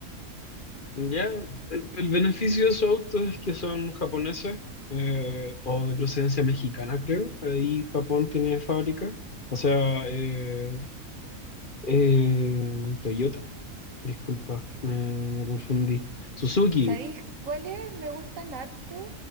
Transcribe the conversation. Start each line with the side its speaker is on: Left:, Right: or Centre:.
Left: Ya, el, el beneficio de esos autos es que son japoneses eh, o de procedencia mexicana, creo. Ahí Japón tiene fábrica. O sea, eh, Eh, Toyota, disculpa, me, me confundí. Suzuki.
Right: ¿Sabéis cuáles me gustan harto?